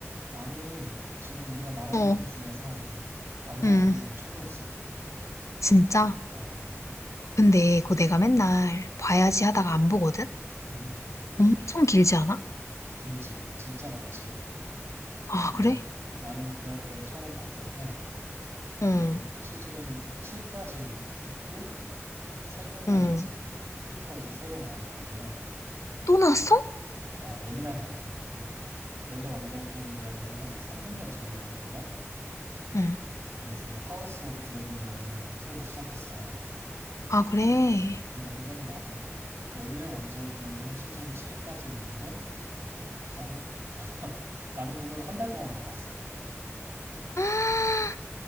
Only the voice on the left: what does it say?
어,
음,
진짜.
근데 그거 내가 맨날 봐야지 하다가 안 보거든?
엄청 길지 않아?
아,
그래?
응,
응.
또 나왔어?
응.
아, 그래.
<gasps>